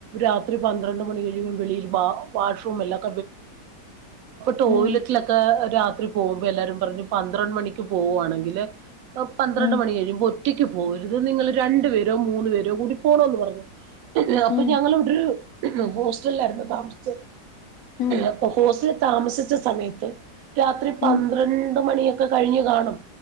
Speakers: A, on the right; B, on the left.
A: രാത്രി പന്ത്രണ്ട് മണി കഴിയുമ്പോ വെളില് വാ വാഷ്റൂം എല്ലാം ടോയിറ്റിലെക്കേ
B: ഉം
A: രാത്രി പോകുമ്പോ എല്ലാരും പറഞ്ഞു പന്ത്രണ്ട് മണിക്ക് പോവുവാണെങ്കില് പന്ത്രണ്ട്
B: ഉം
A: മണി കഴിയും ബു ഒറ്റയ്ക്ക് പോവര്ത് നിങ്ങള് രണ്ട് പേരോ മൂന്നു പേരോ കൂടി പോണെന്ന് പറഞ്ഞു അപ്പം
B: ഉം
A: ഞങ്ങള് ഇവടെരു ഉം ഹോസ്റ്റലിലാരുന്നു താമസിച്ചത്
B: ഉം
A: അപ്പം ഹോസ്റ്റലില് താമസി ച്ചാ സമയത്ത് രാത്രി പന്ത്രണ്ട്
B: ഉം
A: മണിയെ ക്ക് കഴിഞ്ഞ് കാണും